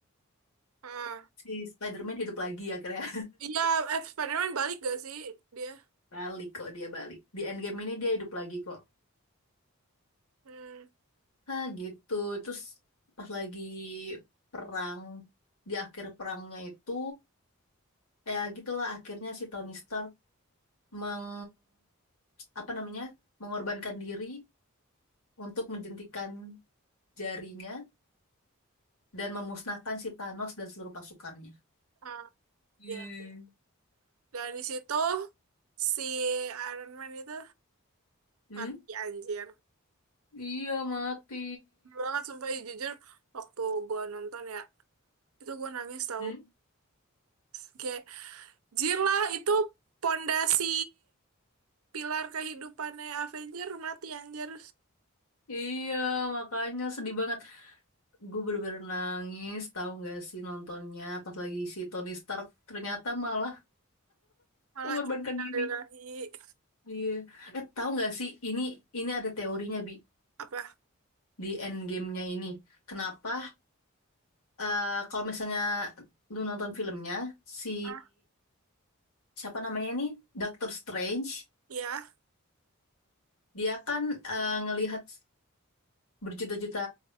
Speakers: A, on the right; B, on the left.
A: Ah.
B: si Spider-Man hidup lagi akhirnya
A: iya eh Spiderman balik gak sih dia
B: <laughs> balik kok dia balik di Endgame ini dia hidup lagi kok
A: hmm.
B: ah gitu terus pas lagi perang di akhir perangnya itu ya gitulah akhirnya si Tony Stark meng apa namanya mengorbankan diri untuk menjentikan jarinya dan memusnahkan si Thanos dan seluruh pasukannya.
A: ah,
B: Eh,
A: iya iya. dan di situ si Iron Man itu
B: Hmm?
A: mati anjir
B: Iya mati.
A: Bener banget sumpah ya, jujur waktu gua nonton ya itu gua nangis tahu
B: Hmm?
A: Oke, Jirlah itu pondasi pilar kehidupannya Avenger mati anjir.
B: Iya makanya sedih banget. Gue bener-bener nangis tahu nggak sih nontonnya pas lagi si Tony Stark ternyata malah
A: Malah
B: mengorbankan
A: innalillahi
B: diri. Iya. Eh tahu nggak sih ini ini ada teorinya Bi
A: apa?
B: di endgame-nya ini. Kenapa eh, kalau misalnya lu nonton filmnya, si
A: Ah,
B: siapa namanya ini, Doctor Strange,
A: ya.
B: dia kan eh, ngelihat berjuta-juta